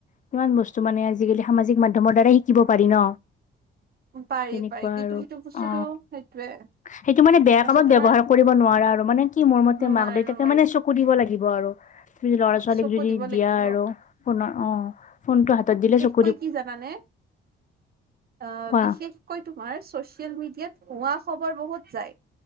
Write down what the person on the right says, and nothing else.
পাৰি
পাৰি কিন্তু
সেইটো বস্তুটো
সেইটোয়ে
তাৰপিছত
তোমাৰ
নোৱাৰি
নোৱাৰি
চকু
দিব
লাগিব
কয় কি জানানে আহ
বিশেষ শেষকৈ তোমাৰ চচিয়েল মিডিয়াত ভোৱা খবৰ বহুত যায়